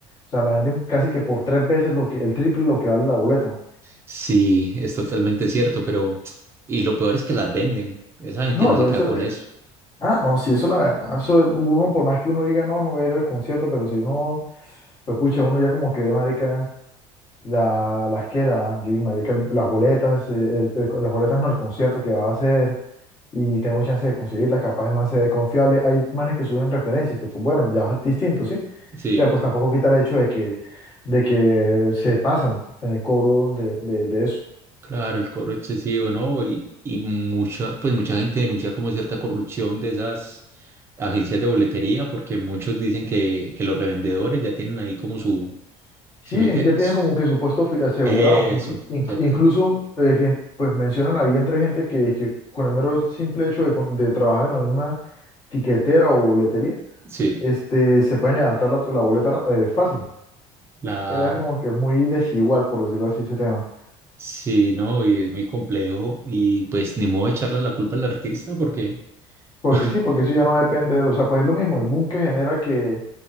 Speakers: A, on the left; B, on the right.
A: O sea, la venden casi que por tres veces lo que, el triple lo que vale la boleta.
B: sí, es totalmente cierto, pero y lo peor es que las venden, esa gente
A: No,
B: no
A: lo
B: se
A: de
B: queda
A: eso,
B: con
A: eh,
B: eso.
A: Ah, no, sí, eso la verdad. Eso uno, por más que uno diga, no, no voy a ir al concierto, pero si uno, pues pucha, uno ya como que ve, marica, la, las que, la, yo, marica, las boletas, eh, el- el- las boletas no, el concierto que va a hacer, y tengo chance de conseguirlas, capaz el man se ve confiable. Hay manes que suben referencias, que pues bueno, ya es distinto, ¿sí?
B: Sí.
A: Pero pues tampoco quita el hecho de que, de que se pasan en el cobro de, de, de eso.
B: Claro, el cobro excesivo, ¿no? Y, y mucha, pues mucha gente denuncia como cierta corrupción de esas agencias de boletería, porque muchos dicen que, que los revendedores ya tienen ahí como su,
A: Sí,
B: ¿sí me entiendes?
A: ya tienen como que su puesto fi- asegurado.
B: Eso,
A: Inclu- inc-
B: ya
A: incluso
B: te,
A: eh, gen- pues mencionan ahí entre gente que, que con el mero simple hecho de, con- de trabajar en la misma tiquetera o boletería,
B: sí,
A: este, se pueden levantar la, la boleta ra- eh, fácil.
B: claro,
A: Eh, Es como que es muy desigual, por decirlo así, ese tema.
B: sí, ¿no? Y es muy complejo y pues ni modo de echarle la culpa al artista porque,
A: Porque
B: <laughs>
A: sí, porque eso ya no depende, o sea, pues es lo mismo, el boom que genera que,